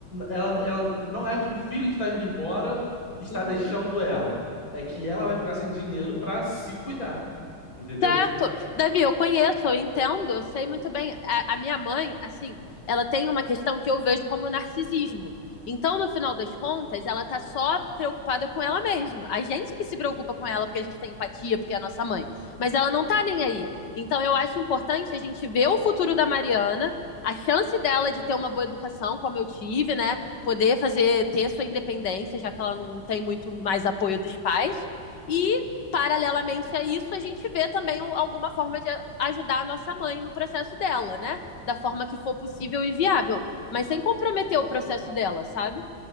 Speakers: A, on the left; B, on the left.
A: ela, ela não é que o filho está indo embora, e está
B: Uhum.
A: deixando ela. É que ela vai ficar sem dinheiro para se cuidar, entendeu?
B: Certo. Davi, eu conheço, eu entendo, eu sei muito bem. A, a minha mãe, assim, ela tem uma questão que eu vejo como narcisismo. Então, no final das contas, ela tá só preocupada com ela mesma. A gente que se preocupa com ela porque a gente tem empatia, porque é a nossa mãe. Mas ela não tá nem aí. Então, eu acho importante a gente ver o futuro da Mariana, a chance dela de ter uma boa educação, como eu tive, né? Poder fazer, ter sua independência, já que ela não tem muito mais apoio dos pais. E Paralelamente a isso, a gente vê também um, alguma forma de ajudar a nossa mãe no processo dela, né? Da forma que for possível e viável. Mas sem comprometer o processo dela, sabe?